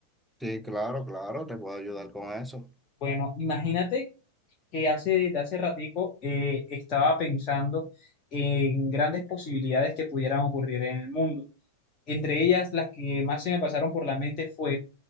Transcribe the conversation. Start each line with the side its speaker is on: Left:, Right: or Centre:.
Centre: Sí, claro, claro, te puedo ayudar con eso.
Left: Bueno, imagínate que hace de hace ratico eh, estaba pensando en grandes posibilidades que pudieran ocurrir en el mundo. Entre ellas, las que más se me pasaron por la mente fue,